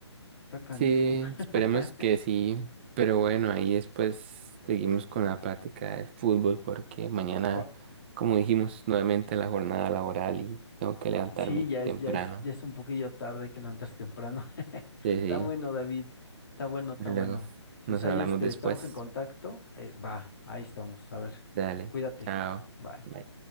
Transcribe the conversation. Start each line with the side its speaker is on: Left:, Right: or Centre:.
Left: está canijo.
Right: Sí, esperemos
Left: <laughs>
Right: que sí, pero bueno, ahí después seguimos con la práctica del fútbol porque mañana,
Left: O-
Right: como dijimos, nuevamente la jornada laboral y tengo que levantarme
Left: Sí, ya
Right: temprano.
Left: es, ya es, ya es un poquillo tarde, hay que levantarse temprano. <laughs>
Right: Sí,
Left: Está
Right: sí,
Left: bueno, David. Está bueno, está
Right: luego
Left: bueno. Pues
Right: nos
Left: ahí
Right: hablamos
Left: este,
Right: después.
Left: estamos en contacto. eh, va, ahí estamos. A ver,
Right: Dale,
Left: cuídate.
Right: chao.
Left: Bye.
Right: bye.